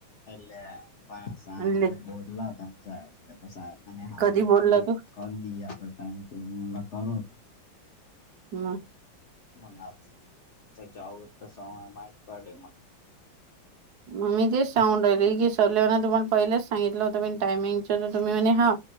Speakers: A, on the left; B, on the right.
A: ले प साांग
B: आणले
A: बोलाता म साहेब साहेब म हार
B: कधी बोलला तू
A: करदी आपला टाइम चेंज मला कर होत.
B: हम्.
A: मग आता त्याच्याऊत त स माहीित पडे मग
B: मग मी तेच सांगून राहिले की सरले हो ना तु पण पहिलेच सांगितलं होतं मी टायमिंगच तुम्ही म्हणे हा.